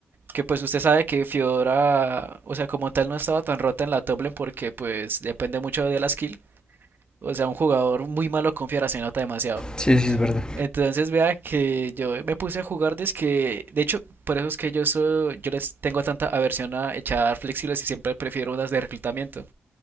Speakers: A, on the right (about 60°); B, on the left (about 20°).
A: que pues usted sabe que Fiora, o sea, como tal no estaba tan rota en la top lane porque pues depende mucho de la skill. O sea, un jugador muy malo con Fiora se nota demasiado.
B: Sí, sí, es verdad.
A: Entonces vea que yo me puse a jugar desde que, de hecho, por eso es que yo soy, yo les tengo tanta aversión a echar flexibles y siempre prefiero unas de reclutamiento.